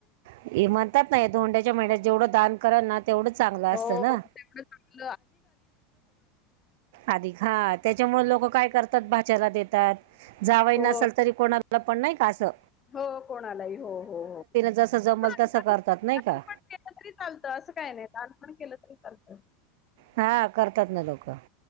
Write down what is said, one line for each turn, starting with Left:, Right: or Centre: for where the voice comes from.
Right: नाही ोंड्याच्या मं्या जेवढं दान कररा ना तेवढं चांगलं असतं
Left: हो
Right: ना
Left: त्यां
Right: अधिक हा त्याच्यामुळे लोक काय करतात भाचला देतात जावय
Left: हो.
Right: नसेल तरी कोणा चला पण कासं
Left: हो कोणालाही हो हो हो
Right: जसं जमल
Left: लालपण
Right: तसं करतात नाही का
Left: केलं तरी चालतं असं काय नाही लालपण केलं तरी हछ
Right: हा करतात ना लोक